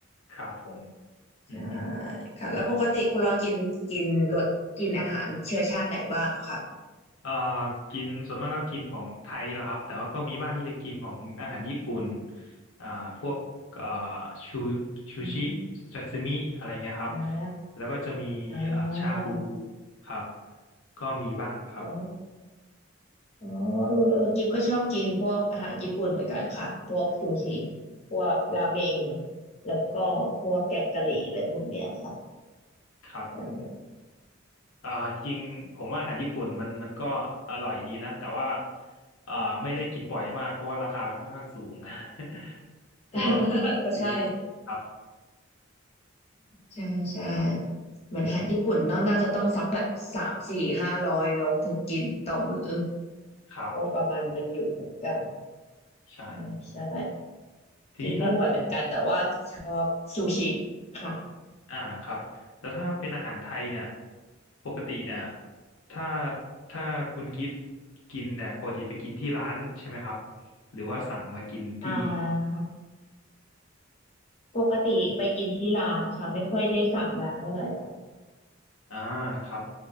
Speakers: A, on the left; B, on the left.
A: ครับผมอืม
B: ใช่ค่ะแล้วปกติคุณรอนกินกินรสกินอาหารเชื้อชาติไหนบ้างอะค่ะ
A: เอ่อกินส่วนมากก็กินของไทยนี่แหละครับแต่ว่าก็มีบ้างที่จะกินของอาหารญี่ปุ่นอ่าพวกเอ่อชูชูชิ
B: อืม
A: ซาซิมิอะไรเงี้ยครับ
B: อ่า
A: แล้วก็จะมีอ่าชาบู
B: อ่า
A: ครับ ก็มีบ้างครับ
B: อ๋อ อ๋อเออเออกิฟก็ชอบกินพวกอาหารญี่ปุ่นเหมือนกันค่ะพวกซูชิพวกราเมงแล้วก็พวกแกงกะหรี่อะไรพวกเนี้ยค่ะ
A: ครับ
B: <laughs> ใช่
A: อ่าจริงๆผมว่าอาหารญี่ปุ่นมันมันก็อร่อยดีนะแต่ว่าอ่าไม่ได้กินบ่อยมากเพราะว่าราคามันค่อนข้างสูง <laughs>
B: <laughs>
A: พวก
B: ก็ใช่
A: ซูชวิตครับ
B: ใช่ใช่เหมือนอาหารญี่ปุ่นเนาะน่าจะต้องสักแบบสามสี่ห้าร้อยเนาะถึงกินต่อมื้อ
A: ครับผม
B: ก็ประมาณหนึงอยู่เหมือนกัน
A: ใช่
B: ใช่ใช่
A: ทีนี้ถ้า
B: กินไม่บ่อยเหมือนกันแต่ว่าซูชิค่ะ
A: อ่าครับแล้วถ้าเป็นอาหารไทยเนี่ยปกติเนี่ยถ้าถ้าคุณกิฟต์กินเนี่ยปกติไปกินที่ร้านใช่ไหมครับหรือว่าสั่งมากินที่
B: อ่าค่ะปกติไปกินที่ร้านค่ะไม่ค่อยได้สั่งมาเท่าไหร่ค่ะ
A: อ่าครับ